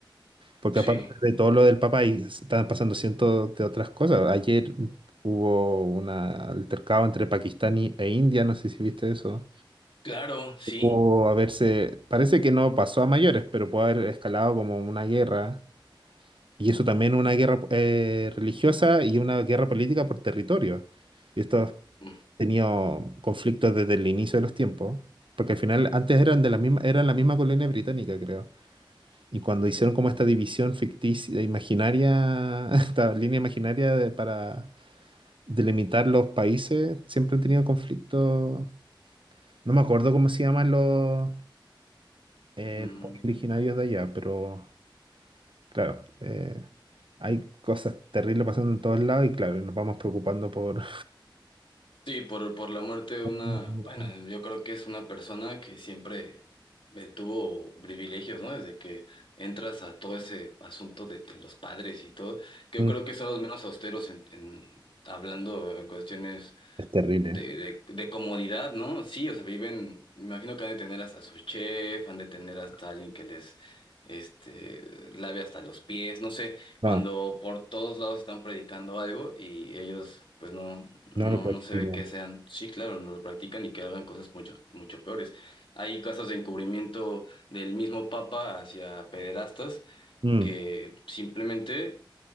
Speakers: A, on the right; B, on the left.
A: Porque
B: Sí,
A: aparte de todo lo del Papa, ahí están pasando cientos de otras cosas. Ayer hubo un altercado entre Pakistán y- e India, no sé si viste eso.
B: claro, sí.
A: Pudo haberse, parece que no pasó a mayores, pero pudo haber escalado como una guerra. Y eso también una guerra eh, religiosa y una guerra política por territorio. Y estos
B: Mm,
A: tenido conflictos desde el inicio de los tiempos, porque al final antes eran de la misma, eran la misma colonia británica, creo. Y cuando hicieron como esta división ficticia, e imaginaria, <laughs> esta línea imaginaria de- para delimitar los países, siempre han tenido conflictos. No me acuerdo cómo se llaman los, eh,
B: mm.
A: los pueblos originarios de allá, pero claro, eh, hay cosas terribles pasando en todos lados y claro, nos vamos preocupando por...
B: Sí, por, por la muerte de
A: <laughs>
B: una, bueno, yo creo que es una persona que siempre eh, tuvo privilegios, ¿no? Desde que entras a todo ese asunto de, de los padres y todo, que
A: Mm,
B: yo creo que son los menos austeros en, en- hablando en cuestiones
A: Es terrible.
B: de, de, de comodidad, ¿no? Sí, o sea, viven, me imagino que han de tener hasta su chef, han de tener hasta alguien que les, este, lave hasta los pies, no sé,
A: No,
B: cuando por todos lados están predicando algo y ellos, pues no, no,
A: no lo practico.
B: no se ve que sean, sí, claro, no lo practican y que hagan cosas mucho, mucho peores. Hay casos de encubrimiento del mismo papa hacia pederastas
A: Mm,
B: que simplemente